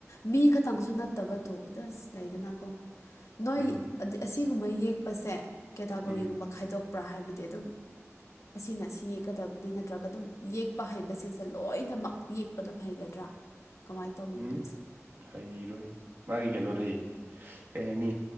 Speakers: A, on the left (about 75°); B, on the right (about 50°).
A: ꯃꯤ ꯈꯛꯇꯪꯁꯨ ꯅꯠꯇꯕ ꯇꯣ ꯗꯁ ꯂꯩꯗꯅꯀꯣ ꯅꯣꯏ
B: ꯎꯝ
A: ꯑꯁꯤꯒꯨꯝꯕ ꯌꯦꯛꯄꯁꯦ ꯀꯦꯇꯥꯒꯣꯔꯤꯒꯨꯝꯕ
B: ꯎꯝ
A: ꯈꯥꯏꯗꯣꯛꯄ꯭ꯔꯥ ꯍꯥꯏꯕꯗꯤ ꯑꯗꯨꯝ ꯑꯁꯤꯅ ꯁꯤ ꯀꯗꯕꯅꯤ ꯅꯠꯇ꯭ꯔꯒ ꯑꯗꯨꯝ ꯌꯦꯛꯄ ꯍꯩꯕꯁꯤꯡꯁꯦ ꯂꯣꯏꯅꯃꯛ ꯌꯦꯛꯄ ꯑꯗꯨꯝ ꯍꯩꯒꯗ꯭ꯔꯥ ꯀꯃꯥꯏ ꯇꯧꯕꯤꯅ‌ꯣ
B: ꯎꯝ
A: ꯅ‌ꯣꯏꯁꯦ
B: ꯍꯩꯔꯣꯏ ꯃꯥꯒꯤ ꯀꯩꯅꯣ ꯗꯤ ꯀꯩ ꯍꯥꯏꯅꯤ